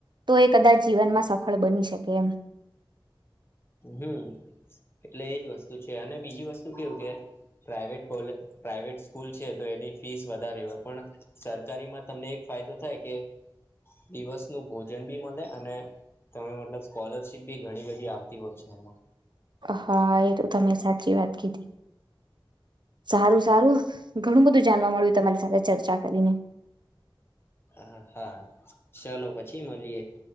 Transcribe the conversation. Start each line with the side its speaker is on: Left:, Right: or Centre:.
Right: તો એ કદાચ જીવનમાં સફળ બની શકે એમ
Left: હમ એટલે એજ વસ્તુ છે અને બીજી વસ્તુ કેવું કે પ્રાાઈવેટ કોલે પ્રાાઈવેટ સ્કૂલ છે તો એની ફીસ વધારે હોય પણ સરકારી માં તમને એક ફાયદો થાય કે દિવસ નું ભોજન બી મળે અને તમે મતલબ સ્કોલરશીપ બી ઘણી બધી આવતી હોય છે એમાં
Right: હા એ તો તમે સાચી વાત કીધી. સારું સારું ઘણું બધું જાણવા મળ્યું તમારી સાથે ચર્ચા કરીને
Left: હ હા ચાલો પછી મળીએ.